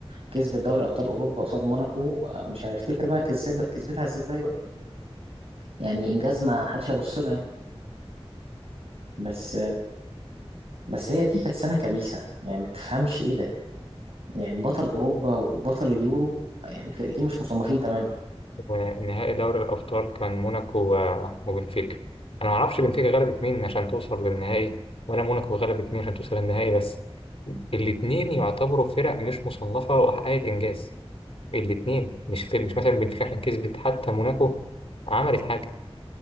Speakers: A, on the right; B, on the left.
A: كسبت دوري ابطال اوروبا قصاد موناكو آه، مش هيفتكر بقى كسب... كسبتها ازاي بقى يعني انجاز ما حدش هيبص له يعني بس بس هي دي كانت سنة كبيسة يعني ما تفهمش ايه ده يعني بطل اوروبا وبطل اليورو يعني فرقتين مش مصنفين تماما
B: ونهائي دوري الأبطال كان موناكو و- وبنفيكا أنا ما أعرفش بنفيكا غلبت مين عشان توصل للنهائي ولا موناكو غلبت مين عشان توصل للنهائي بس الاتنين يعتبروا فرق مش مصنفة وحققت إنجاز الاتنين مش في مش مثلا بنفيكا عشان كسبت حتى موناكو عملت حاجة